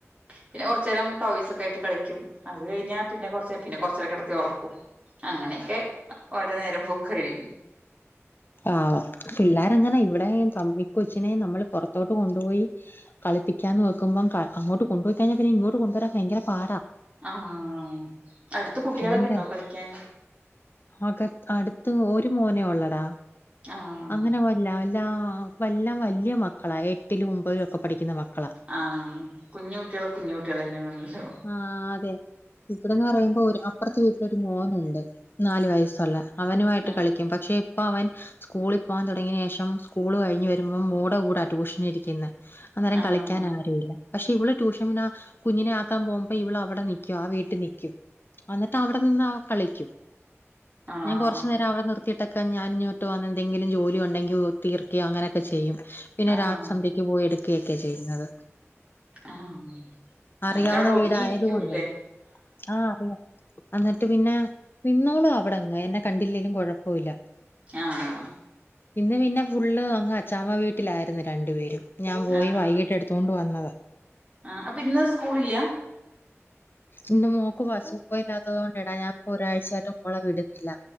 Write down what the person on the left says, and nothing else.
ആഹ് പിള്ളേരങ്ങന ഇവിടെയും ഈ കൊച്ചിനേ നമ്മൾ പുറത്തോട്ട് കൊണ്ടുപോയി കളിപ്പിക്കാൻ വെക്കുമ്പം അങ്ങോട് കൊണ്ട്പോയി കഴിഞ്ഞാ പിന്നെ ഇങ്ങോട്ട് കൊണ്ടുവരാൻ ഭയങ്കര പാടാ
ഭയങ്കര
അക അടുത്ത് ഒരു മോനെ ഉള്ളടാ
അങ്ങനെ അല്ല അല്ല എല്ലാം വലിയ മക്കളാ എട്ടിലും ഒൻപലും ഒക്കെ പഠിക്കുന്ന മക്കളാ
ആഹ് അതെ ഇവിടെന്ന് പറയുമ്പോ ഒരു അപ്പുറത്തെ വീട്ടിലൊരു മോനുണ്ട് നാലു വയസ്സുള്ള അവനുമായിട്ട്
കളിക്കും പക്ഷെ ഇപ്പ അവൻ സ്കൂളിൽ പോകാൻ തുടങ്ങിയ ശേഷം സ്കൂള് കഴ ഞ്ഞ് വരുമ്പോ മോൾടെ കൂടാ ട്യൂഷൻ ഇരിക്കുന്നത് അന്നേരം
കളിക്കാൻ ആരും ഇില്ല പക്ഷെ ഇവിനാ ട്യൂഷൻ കുഞ്ഞിനെ ത്താൻ പോകുമ്പോ ഇവള് അവിടെ നിക്കും ആഹ് വീട്ടിൽ നിക്കും അന്നിട്ട് അവിടെ നിന്ന് കളിക്കും
ഞാൻ കുറച്ചു നേരം അവിടെ നിർ ത്തിട്ടൊക്കെ ഞാൻ ഇങ്ങോട്ട് വന്ന് എന്തെങ്കിലും ജോലി ഉണ്ടെങ്കിൽ തീർക്കേ അങ്ങനൊക്കെ ചെയ്യും പിന്നെ
രാ സന്ധ്യയ്ക്ക് പോയി എടുക്കുകയൊക്കെ ചെയ്യുന്നത്
അറിയാവുന്ന
വീടായതു കൊണ്ട് ആഹ് അറിയാം എന്നിട്ട് പിന്നെ നിന്നോളും അവിടങ്ങ് എന്നെ കണ്ടില്ലേലും കുഴപ്പവില്ല.
ഇന്ന് പിന്നെ ഫുള്ള് അങ്ങ് അച്ചാമ്മ വീട്ടിലായിരുന്നു രണ്ടു പേരും ഞാൻ പോയി
വൈകിട്ട് എടുത്ത് തൊണ്ടു വന്നത
ഇന്ന് മോക്ക് വ സൂഖമില്ലാത്തത് കൊണ്ട് എടാ ഞാൻ ഇപ്പൊ ഒരാഴ്ച്ച ആയിട്ട് മോളെ വിടുന്നില്ല.